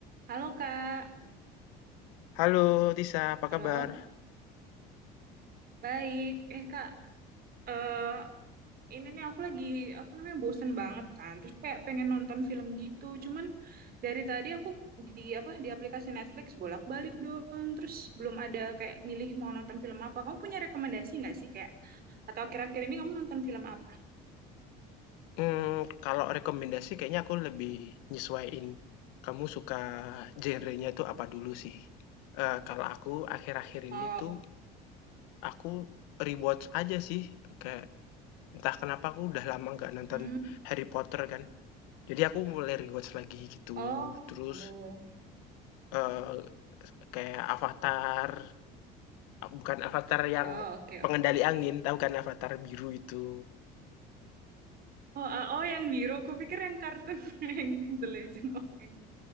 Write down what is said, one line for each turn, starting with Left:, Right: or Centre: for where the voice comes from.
Right: Halo Kak,
Left: Halo Tisa, apa
Right: halo,
Left: kabar?
Right: baik. Eh Kak, eh ini nih aku lagi apa namanya bosen banget kan. Terus kayak pengen nonton film gitu. Cuman dari tadi aku di apa di aplikasi Netflix bolak-balik dong. Terus belum ada kayak milih mau nonton film apa. Kamu punya rekomendasi nggak sih kayak? Atau akhir-akhir ini kamu nonton film apa?
Left: Mmm, kalau rekomendasi kayaknya aku lebih nyesuaiin, kamu suka genrenya itu apa dulu sih. Eee, kalau aku akhir-akhir
Right: Oh,
Left: ini tuh aku rewatch aja sih, kayak entah kenapa aku udah lama nggak nonton
Right: hmm.
Left: Harry Potter kan, jadi aku mulai rewatch lagi gitu.
Right: Oh,
Left: Terus,
Right: oh,
Left: eee, kayak Avatar, bukan Avatar yang
Right: oh, oke
Left: pengendali
Right: oke.
Left: angin, tahu kan Avatar biru itu.
Right: Oh, ah, oh yang biru. Aku pikir yang kartun <laughs> yang The Legend of Aang.